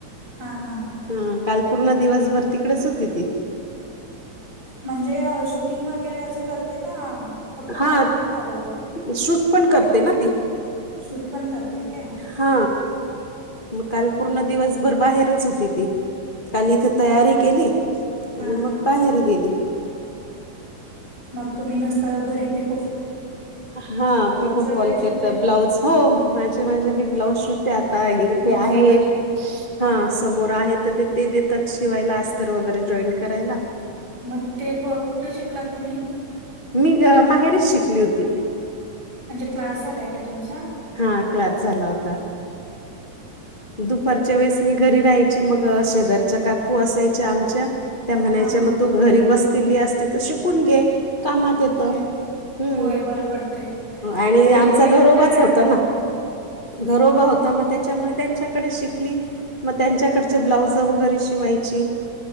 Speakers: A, on the right (about 60°); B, on the left (about 25°).
A: हां, हां.
B: हम, काल पूर्ण दिवसभर तिकडेच होती ती.
A: म्हणजे अं, शूटिंग वगैरे असं करते का? फक्त
B: हा
A: पार्लरच चालवते.
B: शूट पण करते ना ती.
A: सूट पण करते काय?
B: हा मग काल पूर्ण
A: हां.
B: दिवस. भर बाहेरच होती ती काल इथे तयारी केली
A: हां,
B: आणि मग
A: हां.
B: बाहेर गेली.
A: मग तुम्ही नुसतं घरी पिक
B: हा पिको
A: वगैरे
B: कॉल
A: शिवताय?
B: करत ब्लाउज हो. माझे माझे मी ब्लाऊज शधते आता इथे
A: तुम्ही स्वतःचे
B: आहे एक हा समोर आहे तर ते ते देतात शिवायला अस्तर वगैरे जॉईन करायला.
A: मग ते कुठे शिकलात तुम्ही
B: मी माहेरच शिकली होती.
A: म्हणजे क्लास झालाय का तुमचा
B: हा क्लास झाला होता. दुपारच्या वेळेस मी घरी राहायची मग शेजारच्या काकू असायच्या आमच्या त्या म्हणायच्या
A: हां, हां.
B: मग तू घरी बसलेली असते तर शिकून घे कामात येतं.
A: होय.
B: हम्म
A: होय बरं पडतय
B: आणि
A: ते
B: आमचा
A: शिकलेलं
B: घरोबाच
A: कुठे वेळा
B: होता
A: जात
B: ना
A: नाही.
B: घरोबा होता मग त्याच्यामुळे त्यांच्याकडे शिकली मग त्यांच्याकडचे ब्लाउज वगैरे शिवायची.